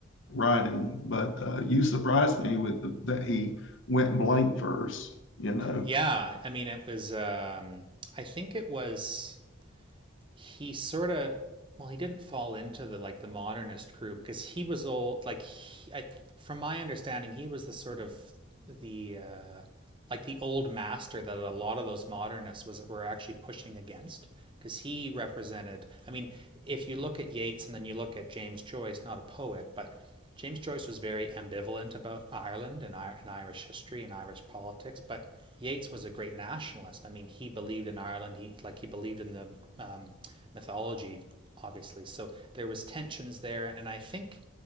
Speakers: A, on the left; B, on the right.
A: writing, but uh, you surprised me with the, that he went blank verse. You know,
B: yeah i mean it was um i think it was he sort of well he didn't fall into the like the modernist crew because he was old like he, I, from my understanding he was the sort of the uh like the old master that a lot of those modernists was were actually pushing against because he represented i mean if you look at yeats and then you look at james joyce not a poet but James Joyce was very ambivalent about Ireland and, and Irish history and Irish politics, but Yeats was a great nationalist. I mean, he believed in Ireland. He like he believed in the um, mythology, obviously. So there was tensions there, and I think